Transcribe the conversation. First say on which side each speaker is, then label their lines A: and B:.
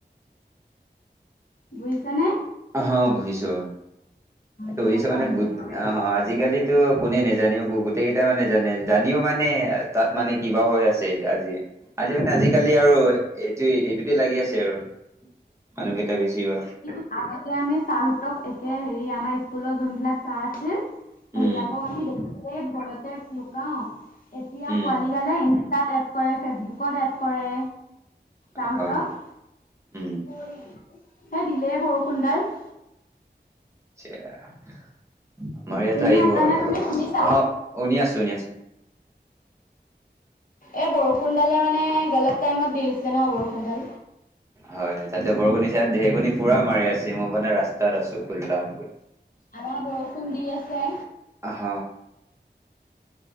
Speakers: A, on the left; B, on the right.
A: বুজিছে নে?
B: অ হ বহিছোঁ বাৰু। সেইটো
A: তেনেকুৱা
B: বুজিছ মানে
A: হৈছে
B: গ
A: আৰু
B: আজিকালিটো কোনে নাজানোঁ। গোটেই কেইটা মানে জানে জানিও মানে তাত মানে কিবা হৈ আছে, এয়া আজি আজি মানে আজিকালি
A: উম
B: আৰু এইটো এইটোতে লাগি আছে, আৰু মানুহকেইটা বেছি বাৰ
A: আৰু তাতে আমি ছাৰহঁতক একে হেৰি আমাৰ স্কুলৰ যোনবিলাক ছাৰ আছিল। সেইবিলাকক
B: উম,
A: আমি দেখিলেই ভয়তে লুকাওঁ এতিয়া
B: উম।
A: পোৱালি গালে ইচতাত কৰে ফেচবুকত এড কৰে তাহঁতক
B: হয়, উম,
A: কোন? এই দিলে বৰষুণডাল <inaudible>
B: আমাৰ ইয়াতো
A: শুনি
B: আহিব
A: আছানে
B: আৰু অলপ
A: তুমি শুনিছা?
B: প অ শনি আছো শুনি আছো।
A: এই বৰষুণডালে মানে গেলেট টাইমত দি দিছে ন বৰষুণডাল?
B: হয় তাতে বৰষুণ দিছে ইয়াত ঢেৰকণী পুৰা মাৰি আছে মই মানে ৰাস্তাত আছো, উলাও
A: আমাৰ বৰষুণ দি আছে।
B: অহ।